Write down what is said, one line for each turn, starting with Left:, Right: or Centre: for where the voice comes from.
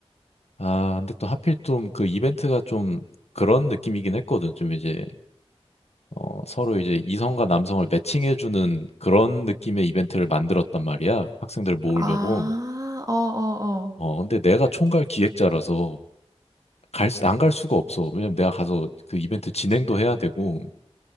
Left: 아, 근데 또 하필 좀 그 이벤트가 좀 그런 느낌이긴 했거든. 좀 이제, 어, 서로 이제 이성과 남성을 매칭해주는 그런 느낌의 이벤트를 만들었단 말이야. 학생들 모으려고.
Right: 아, 어, 어, 어.
Left: 어, 근데 내가 총괄 기획자라서 갈, 수- 안 갈 수가 없어. 왜냐면 내가 가서 그 이벤트 진행도 해야 되고,